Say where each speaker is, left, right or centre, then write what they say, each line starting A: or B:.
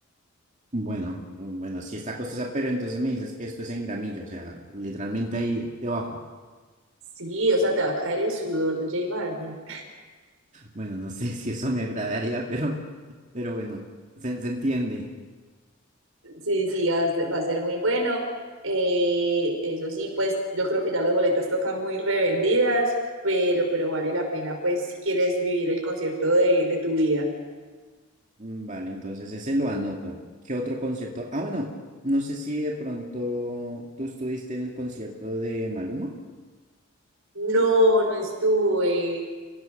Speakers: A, on the right (about 35°); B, on the right (about 80°).
A: bueno, mm, bueno, sí está costosa, pero entonces me dices que esto es en gramilla, o sea, literalmente ahí debajo.
B: Sí, o sea, te va a caer el sudor de J Balvin.
A: Bueno, no sé <laughs> si eso me agradaría, pero, pero bueno, se, se entiende.
B: Sí, sí, va a ser va a ser muy bueno. Eh, eso sí, pues yo creo que ya las boletas tocan muy revendidas, pero, pero vale la pena, pues, si quieres vivir el concierto de, de tu vida.
A: Mm, Vale, entonces ese lo anoto. ¿Qué otro concierto? Ah, bueno, no sé si de pronto tú estuviste en el concierto de Maluma.
B: No, no estuve.